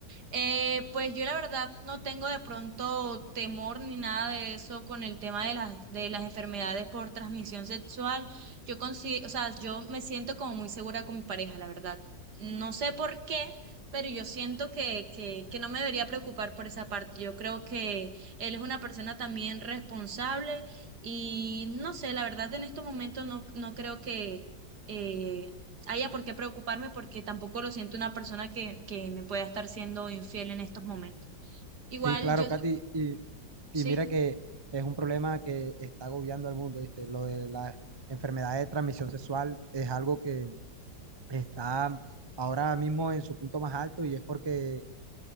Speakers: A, on the right (about 60°); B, on the right (about 35°).
A: Eh, pues yo la verdad no tengo de pronto temor ni nada de eso con el tema de las, de las enfermedades por transmisión sexual. Yo consi- o sea, yo me siento como muy segura con mi pareja, la verdad. No sé por qué, pero yo siento que, que, que no me debería preocupar por esa parte. Yo creo que él es una persona también responsable y no sé, la verdad en estos momentos no, no creo que eh, haya por qué preocuparme porque tampoco lo siento una persona que, que me pueda estar siendo infiel en estos momentos. Igual
B: Sí, claro,
A: yo,
B: Katy, y,
A: sí,
B: y mira que es un problema que está agobiando al mundo, ¿viste? Lo de la enfermedad de transmisión sexual es algo que está ahora mismo en su punto más alto y es porque